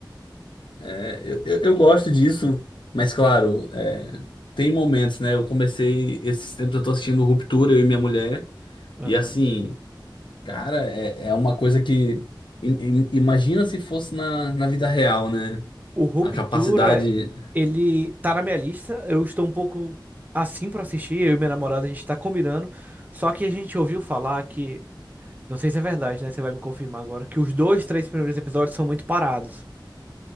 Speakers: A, on the left; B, on the right.
A: É, eu, eu, eu gosto disso, mas claro, é, tem momentos, né? Eu comecei, esses tempos eu tô assistindo Ruptura, eu e minha mulher,
B: Aham.
A: e assim, cara, é, é uma coisa que. im- im- Imagina se fosse na, na vida real, né?
B: O Ruptura,
A: A capacidade.
B: ele tá na minha lista. Eu estou um pouco assim pra assistir. Eu e minha namorada, a gente tá combinando. Só que a gente ouviu falar que, não sei se é verdade, né? Você vai me confirmar agora, que os dois, três primeiros episódios são muito parados.